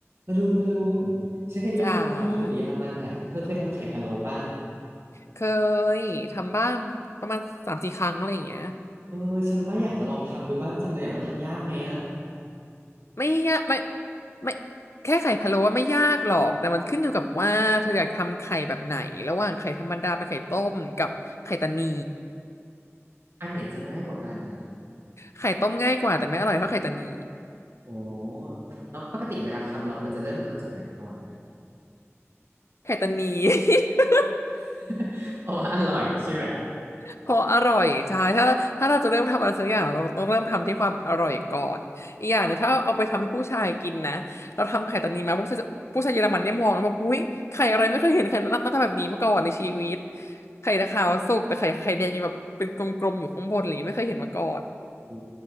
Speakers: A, on the right; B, on the left.
A: บอลลูนบอลลูนฉันเคยได้ยินว่าตอนที่อยู่เยอรมันอ่ะเธอเคยทำไข่พะโล้ป่ะ
B: จ๋าเคยทำบ้างประมาณสามสี่ครั้งอะไรอย่างเงี้ย
A: เออฉันว่าอยากจะลองทำดูบ้างจังเลยอ่ะมันทำยากไหมอ่ะ
B: ไม่ยากไม่ไม่แค่ไข่พะโล้ว่าไม่ยากหรอกแต่มันขึ้นอยู่กับว่าเธออยากทำไข่แบบไหนระหว่างไข่ธรรมดาเป็นไข่ต้มกับไข่ตานี
A: อันไหนจะง่ายกว่ากันนะ
B: ไข่ต้มง่ายกว่าแต่ไม่อร่อยเท่าไข่ตานี
A: โอ้แล้วปกติเวลาทำเราควรจะเริ่มทำจากไหนก่อนอะ
B: ไข่ตานี <laughs>
A: <laughs> เพราะว่าอร่อยใช่ไหม
B: เพออร่อยใช่ถ้าถ้าเราจะเริ่มทำอะไรสักอย่างเราต้องเริ่มทำที่ความอร่อยก่อนอีกอย่างหนึงถ้าเอาไปทำให้ผู้ชายกินนะเราทำไข่ตอนนี้มาผู้ชายผู้ชายเยอรมันเนี่ยมองแล้วแบบหุ้ยไข่อะไรไม่เคยเห็นไข่หน้าหน้าตาแบบนี้มาก่อนในชีวิตไข่ตะขาวสุกแต่ไข่ไข่แดงยังแบบเป็นกลมๆอยู่ข้างบนอะไรอย่างเงี้ยไม่เคยเห็นมาก่อน
A: โอ้